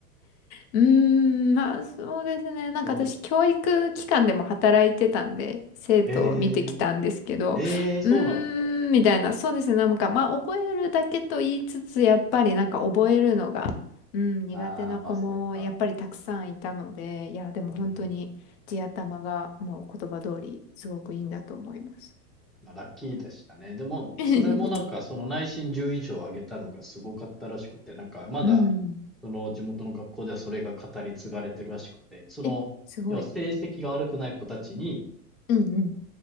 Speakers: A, on the left; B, in the centre.
A: うーん、まあそうですね。なんか私、
B: どうです
A: 教育機関でも働いてたんで、生徒を見てきたんですけど、
B: えー、えー、そうなんですか。
A: うーん、みたいな、そうですね。なんか、まあ覚えるだけと言いつつ、やっぱりなんか覚えるのが、うん、苦手な子もやっぱりたくさんいたので、
B: ああ、まあそっか。
A: いや、でも本当に地頭がもう言葉通り、
B: うん。
A: すごくいいんだと思います。
B: まあラッキーでしたね。でも、
A: <laughs>
B: それもなんかその内申10以上上げたのがすごかったらしくて、なんかまだ、
A: うん。
B: その地元の学校ではそれが語り継がれてるらしくて、その、
A: え、すごい。
B: 要は成績が悪くない子たちに、
A: うんうん。